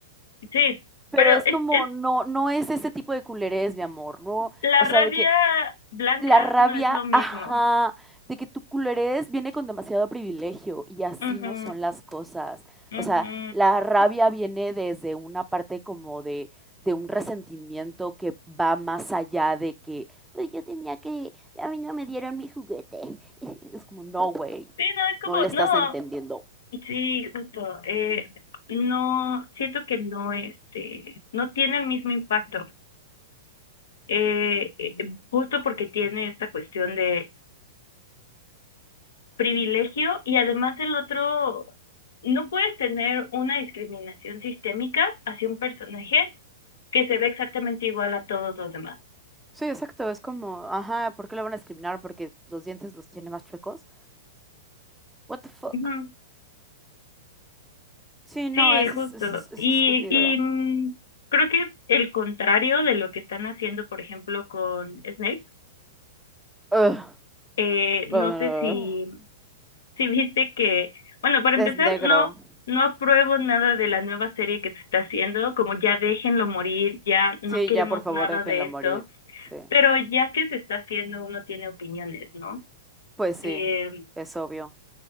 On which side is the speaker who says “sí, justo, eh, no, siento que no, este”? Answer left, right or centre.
Left